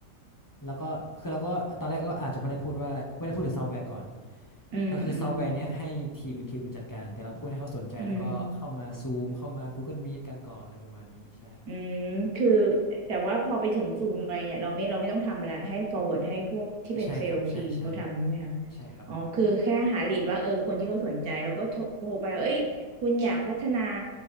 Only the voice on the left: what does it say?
แล้วก็คือเราก็ตอนแรกก็อาจจะไม่ได้พูดว่าไม่ได้พูดถึงซอฟต์แวร์ก่อน
ก็คือซอฟต์แวร์เนี้ยให้ทีมอีกทีมมันจัดการแต่เราพูดให้เขาสนใจแล้วก็เข้ามาซูมเข้ามา
Google Meet กันก่อนอะไรประมาณนี้ใช่
ใช่ครับใช่ใช่ ใช่ครับผม